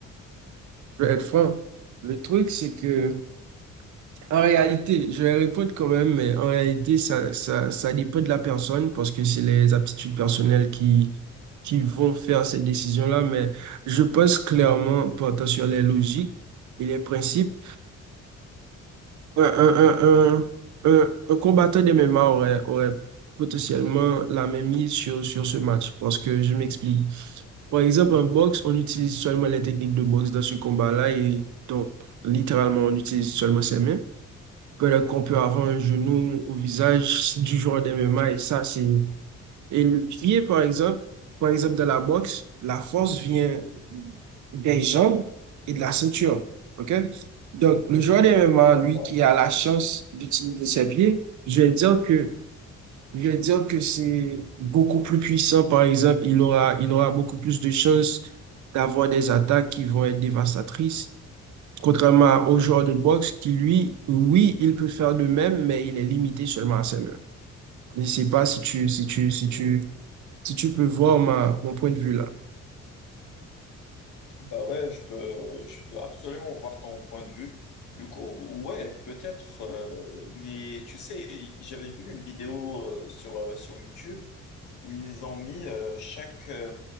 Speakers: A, on the right; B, on the left.
A: Je vais être franc. Le truc, c'est que, en réalité, je vais répondre quand même, mais en réalité, ça, ça, ça dépend de la personne parce que c'est les aptitudes personnelles qui, qui vont faire cette décision-là. Mais je pense clairement, portant sur les logiques et les principes, Ouais, un, un, un, un- un combattant de MMA aurait, aurait potentiellement la même mise sur, sur ce match. Parce que je m'explique. Par exemple, en boxe, on utilise seulement les techniques de boxe dans ce combat-là. Et donc, littéralement, on utilise seulement ses mains. Peut-être qu'on peut avoir un genou au visage du joueur de MMA. Et ça, c'est. Et le pied, par exemple, par exemple, dans la boxe, la force vient des jambes et de la ceinture. OK? Donc, le joueur de MMA,
B: D'accord.
A: lui, qui a la chance d'utiliser ses pieds, je vais dire que, je vais dire que c'est beaucoup plus puissant, par exemple. Il aura, il aura beaucoup plus de chances d'avoir des attaques qui vont être dévastatrices. Contrairement au joueur de boxe qui, lui, oui, il peut faire de même, mais il est limité seulement à ses mains. Je ne sais pas si tu, si tu,
B: Ok,
A: si tu, si tu peux voir ma, mon point de vue là.
B: bah ouais, je peux, je peux absolument voir ton point de vue. Du coup, ouais, peut-être, euh, mais tu sais, j'avais vu une vidéo euh, sur, euh, sur YouTube où ils ont mis euh, chaque, euh,